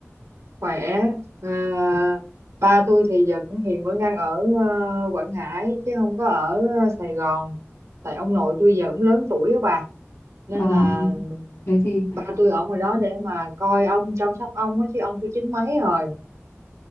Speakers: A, on the right (about 80°); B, on the left (about 80°).
A: khỏe à, ba tôi thì giờ cũng hiện vẫn đang ở ờ, Quảng Ngãi chứ không có ở Sài Gòn tại ông nội tôi giờ cũng lớn tuổi á bà nên
B: Ờ,
A: là
B: thế thì
A: ba tôi ở ngoài đó để mà coi ông chăm sóc ông á chứ ông tôi chín mấy rồi